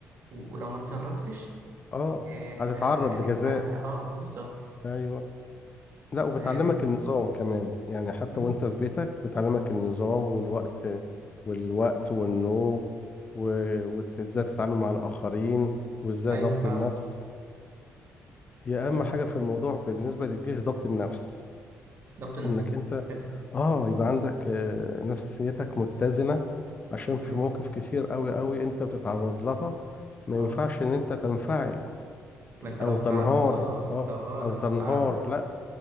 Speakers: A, on the right (about 55°); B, on the left (about 30°).
A: و- ولو ما اتصرفتش
B: اه
A: آه،
B: هتتعرض
A: ه- يعني
B: لجزاء
A: هتت... اه بالظبط
B: ايوه لا وبتعلمك
A: فاهم
B: النظام كمان يعني حتى
A: مم.
B: وانت في بيتك بتعلمك النظام والوقت والوقت والنوم و- وازاي تتعامل مع الآخرين وازاي
A: ايوه
B: ضبط
A: فعلا
B: النفس هي
A: آه،
B: أهم حاجة في الموضوع بالنسبة للجيش ضبط النفس
A: ضبط النفس
B: انك انت
A: حلو
B: اه يبقى عندك آه، نفسيتك متزنة عشان في
A: مم.
B: مواقف كتير قوي قوي انت بتتعرض لها ما
A: اه
B: ينفعش ان انت تنفعل
A: ما انت لو
B: او
A: انفعلت
B: تنهار
A: خلاص
B: اه
A: لو اه
B: او
A: لو
B: تنهار
A: انفعلت
B: لا